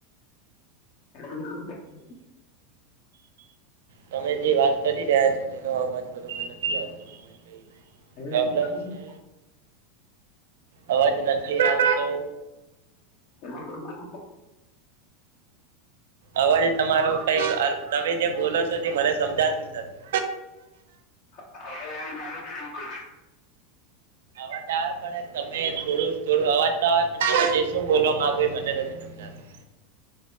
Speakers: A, on the left (about 50°); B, on the right (about 85°).
A: <unintelligible>
B: તમે જે વાત કરી રહ્યા છો, તેનો અવાજ બરોબર નથી આવતો, ત કઈ પ્રોબ્લમ
A: નહીં આવતું?
B: છે. અવાજ નથી આવતો.
A: <unintelligible>
B: અવાજ તમારો કઈક તમે જે બોલો છો, તે મને સમજાતું જ નથી.
A: <unintelligible>
B: અવાજ આવે પણ તમે થોડું થોડો અવાજ તો આવે પણ જે શું બોલ માંગ મને નથી સમજાતું.